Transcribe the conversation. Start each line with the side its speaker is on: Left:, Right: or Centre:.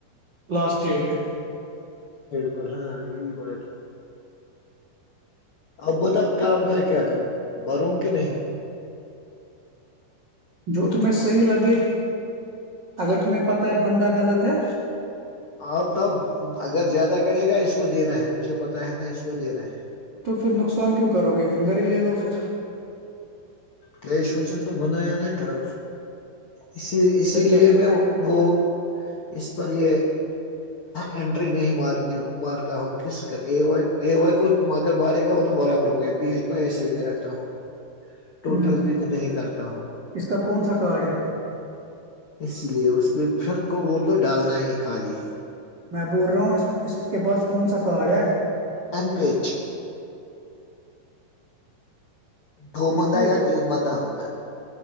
Right: لاسٹ ڈیٹ پہ
Left: اورر ہاں بھر اب بتاؤ کیا میں کیا کروں بروں کہ نہیں
Right: جو تمہیں صحی لگے اگر تمہیں پتا ہے بندہ غلط ہے
Left: اب تو اگر زیادہ کرے گا اس کو دینا ہے مجھے پتا ہے نا اس کو دینا ہے
Right: تو پھر نقصان کیوں کرو گے فنگر ہی لے لو پھر
Left: کیش وچے تو بنا ہے ن کیا اسی اسی
Right: پھر کیا
Left: لیے
Right: ہے اس
Left: میں وہ اس پر یہ اینٹری نہیں مارتی مارتا ہوں کس کر اے وائی اے وائی کو اگر مارے گا ہو تو برابر ہو گیا پی ایچ کو ایسے میں رکھتا ہوں ٹوٹل
Right: ہوں
Left: بھی نہیں کرتا ہوں
Right: اس کا کون سا کارڈ ہے
Left: اسی لیے اس پچر کو وہ تو ڈالنا ہی خالی
Right: میں بول رہا ہوں اس اس کے پاس کون سا کارڈ ہے
Left: این پی ایچ دو
Right: این
Left: بندہ
Right: پی ایچ
Left: یا تین بندہ ہوگا